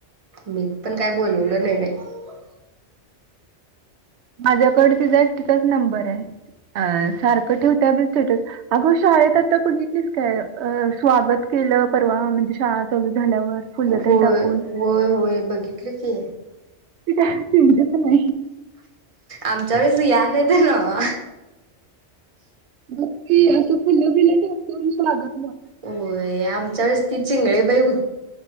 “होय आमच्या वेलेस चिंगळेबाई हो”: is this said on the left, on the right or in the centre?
Right